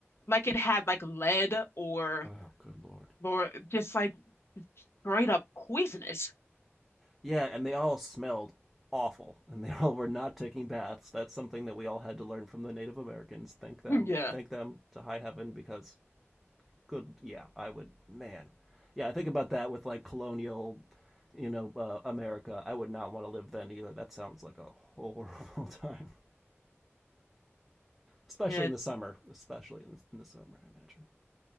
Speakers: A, on the left; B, in the centre.
A: like it had like lead or
B: Oh, good lord.
A: or just like straight up poisonous.
B: Yeah, and they all smelled awful, and they all were not taking baths. That's something that we all had to learn from the Native Americans. Thank them.
A: <laughs> Yeah.
B: Thank them to high heaven because good. Yeah, I would. Man. Yeah, I think about that with like colonial, you know, uh, America. I would not want to live then either. That sounds like a <laughs> horrible time. especially
A: Yeah.
B: in the summer, especially in the, in the summer, I imagine.